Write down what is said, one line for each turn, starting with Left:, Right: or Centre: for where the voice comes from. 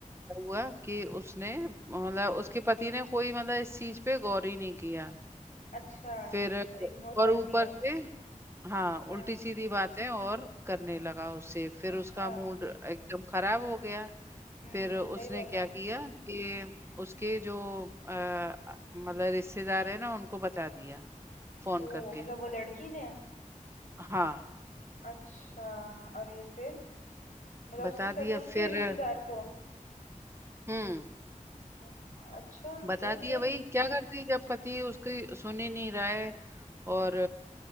Right: हुआ कि उसने मतलब उसके पति ने कोई मतलब इस चीज पे गौर ही नहीं किया
Left: अच्छा
Right: फिर
Left: इग्नोर
Right: और
Left: कर
Right: ऊपर
Left: दिया
Right: से हाँ
Left: हाँ
Right: उल्टी सीधी बातें और करने लगा उससे फिर
Left: अच्छा
Right: उसका मूड एकदम खराब हो गया
Left: हम्म
Right: फिर उसने
Left: सही बात
Right: क्या
Left: है
Right: किया कि उसके जो अ, मतलब रिश्तेदार है ना उनको बता दिया फोन
Left: ओ
Right: करके
Left: मतलब वो लड़की ने
Right: हाँ
Left: अच्छा अरे फिर मतलब
Right: बता
Left: उसके ससुर
Right: दिया फिर
Left: के रिश्तेदार को
Right: हम्म
Left: हम्म, अच्छा
Right: बता
Left: फिर
Right: दिया
Left: फिर
Right: भाई क्या करती जब पति उसकी सुन ही नहीं रहा है
Left: हम्म,
Right: और